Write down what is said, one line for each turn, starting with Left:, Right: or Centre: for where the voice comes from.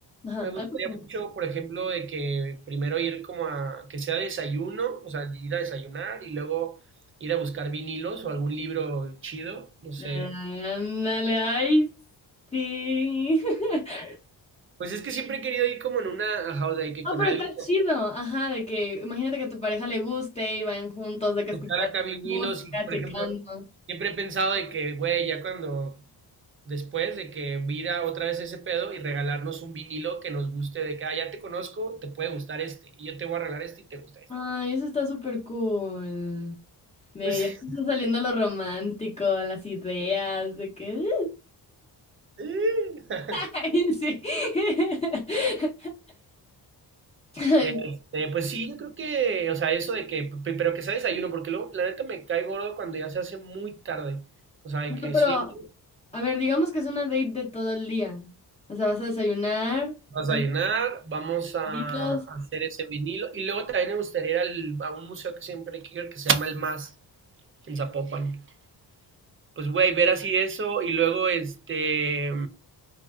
Left: ajá,
Right: Me gustaría
Left: algo como que
Right: mucho, por ejemplo, de que primero ir como a que sea desayuno, o sea, ir a desayunar y luego ir a buscar vinilos o algún libro chido, no sé.
Left: Ándale, ay, sí. <laughs>
Right: Pues es que siempre he querido ir como en una, ajá, o sea, de que
Left: No,
Right: con
Left: pero
Right: alguien,
Left: está chido. Ajá, de que imagínate que a tu pareja le guste y vayan juntos, de que
Right: buscar
Left: escuchar
Right: acá vinilos
Left: música,
Right: y, por
Left: checando.
Right: ejemplo, siempre he pensado de que, güey, ya cuando, después de que vira otra vez ese pedo y regalarnos un vinilo que nos guste, de que, ah, ya te conozco, te puede gustar este, y yo te voy a regalar este y te gusta este.
Left: Ay, eso está súper cool. Ve,
Right: Pues,
Left: ya te está saliendo lo romántico, las ideas, de que. <laughs>
Right: <laughs>
Left: Ay, sí. <laughs> Ay,
Right: Este, pues sí, yo creo que, o sea, eso de que, pe- pero que sea desayuno, porque luego, la neta, me cae gordo cuando ya se hace muy tarde. O sea, de
Left: no,
Right: que
Left: pero,
Right: siempre
Left: a ver, digamos que es una date de todo el día. O sea, vas a desayunar,
Right: vas
Left: te pones
Right: a llenar, vamos a
Left: los
Right: hacer ese vinilo. Y luego también me gustaría ir al- a un museo que siempre quiero ir, que se llama El Más, en Zapopan. Pues, güey, ver así eso y luego, este,